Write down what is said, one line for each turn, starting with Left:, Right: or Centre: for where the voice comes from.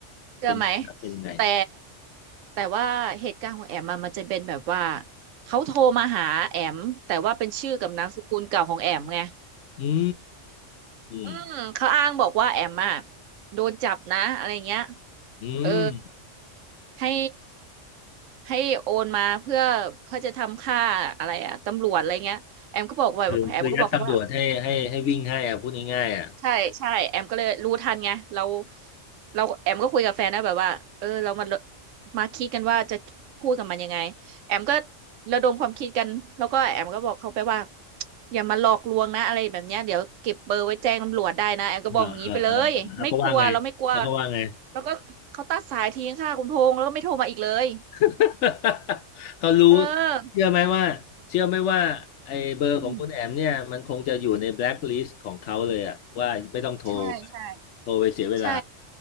Right: เชื่อไหม
Left: เป็นเป็นยังไง
Right: แต่แต่ว่าเหตุการณ์ของแอมอะมันจะเป็นแบบว่าเขาโทรมาหาแอมแต่ว่าเป็นชื่อกับนามสกุลเก่าของแอมไง
Left: อื
Right: อืมเขาอ้างบอกว่าแอมอะ
Left: ม
Right: โดนจับนะอะไรเงี้ย
Left: อืม
Right: เออให้ให้โอนมาเพื่อเพื่อจะทำค่าอะไรอะตำรวจอะไรเงี้ยแอมก็บอกว่าแอมก็บอกเขาว่า
Left: คือคือยัดตำรวจให้ให้ให้วิ่งให้อ่ะพูดง่ายๆอ่ะ
Right: ใช่ใช่แอมก็เลยรู้ทันไงเราเราแอมก็คุยกับแฟนนะแบบว่าเออเรามามาคิดกันว่าจะพูดกับมันยังไงแอมก็ระดมความคิดกันแล้วก็แอมก็บอกเขาไปว่าอย่ามาหลอกลวงนะอะไรแบบเนี้ยเดี๋ยวเก็บเบอร์ไว้แจ้งตำรวจได้นะแอมก็บอกอย่างนี้ไปเลยไม่กลัวเราไม่กลัว
Left: เออเออเออแล้วก็ว่าไงแล้วก็ว่าไง
Right: แล้วก็เขาตัดสายทิ้งค่ะคุณพงษ์แล้วก็ไม่โทรมาอีกเลย
Left: <laughs> เขารู้
Right: เออ
Left: เชื่อไหมว่าเชื่อไหมว่าไอ้เบอร์ของคุณแอมเนี่ยมันคงจะอยู่ในแบล็คลิสต์ของเขาเลยอ่ะว่าไม่ต้องโทร
Right: อืมใช่ใช่
Left: โทรไปเสียเวลา
Right: ใช่